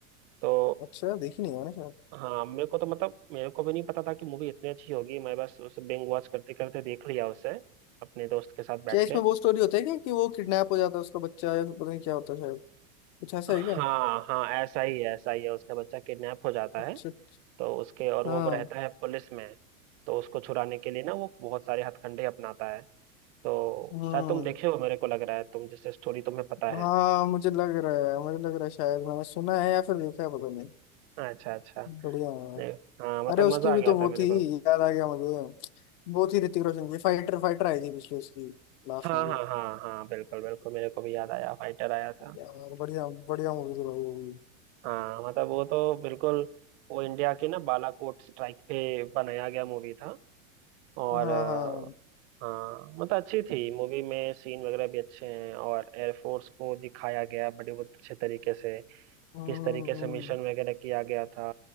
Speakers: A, on the right; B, on the left.
A: तो
B: अच्छा यार देखी नहीं है मैंने
A: हाँ मेरे को तो मतलब मेरे को भी नहीं पता था कि मूवी इतनी अच्छी होगी मैं बस उसे बिंग वॉच करते करते देख लिया उसे अपने दोस्त के साथ
B: क्या
A: बैठ
B: इसमें
A: के
B: वो स्टोरी होता है क्या कि वो किडनैप हो जाता है उसका बच्चा या फिर पता नहीं क्या होता है शायद कुछ ऐसा
A: हाँ
B: है क्या
A: हाँ ऐसा ही है ऐसा ही है उसका बच्चा किडनैप हो जाता
B: अच्छा
A: है
B: अच्छा
A: तो उसके और वो
B: हाँ
A: रहता है पुलिस में तो उसको छुड़ाने के लिए ना वो बहुत सारे हथकंडे अपनाता है तो
B: हम्म
A: शायद तुम देखे हो मेरे को लग रहा है तुम जैसे स्टोरी तुम्हें पता
B: हाँ
A: है
B: मुझे लग रहा है मुझे लग रहा है शायद मैंने सुना है या फिर देखा है पता नहीं
A: अच्छा अच्छा
B: बढ़िया है
A: नहीं, हाँ मतलब
B: अरे उसकी
A: मजा
B: भी
A: आ गया
B: तो वो
A: था मेरे
B: थी
A: को
B: याद आ गया मुझे वो थी ऋतिक रोशन की फाइटर फाइटर आई थी पिछले उसकी लास्ट
A: हाँ
B: मूवी
A: हाँ हाँ हाँ बिल्कुल बिल्कुल मेरे को भी याद आया फाइटर आया था
B: यार बढ़िया बढ़िया मूवी थी भाई वो भी।
A: हाँ मतलब वो तो बिल्कुल वो इंडिया के ना बालाकोट स्ट्राइक पे बनाया गया मूवी था और
B: हाँ
A: अ,
B: हाँ
A: हाँ मतलब अच्छी थी मूवी में सीन वगैरह भी अच्छे हैं और एयरफोर्स को दिखाया गया है बड़े बहुत अच्छे तरीके से
B: हम्म,
A: किस तरीके से मिशन वगैरह किया गया था